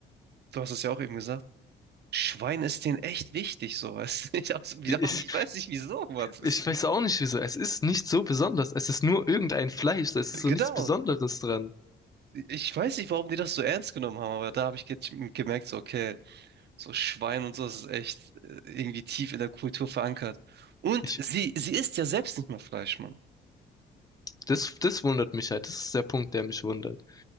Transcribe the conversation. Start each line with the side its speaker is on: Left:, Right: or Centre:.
Right: du hast es ja auch eben gesagt, Schwein ist denen echt wichtig, sowas. <laughs> Ich, hab's- ich
Left: Ich,
Right: weiß nicht wieso, Mann. Das
Left: ich
Right: ist,
Left: weiß auch nicht wieso. Es ist nicht so besonders. Es ist nur irgendein Fleisch. Es ist so
Right: genau.
Left: nichts Besonderes dran.
Right: Ich weiß nicht, warum die das so ernst genommen haben, aber da habe ich ge gemerkt, so, okay, so Schwein und so, das ist echt äh, irgendwie tief in der Kultur verankert. Und
Left: Ich,
Right: sie, sie isst ja selbst nicht mehr Fleisch, Mann.
Left: das, das wundert mich halt. Das ist der Punkt, der mich wundert.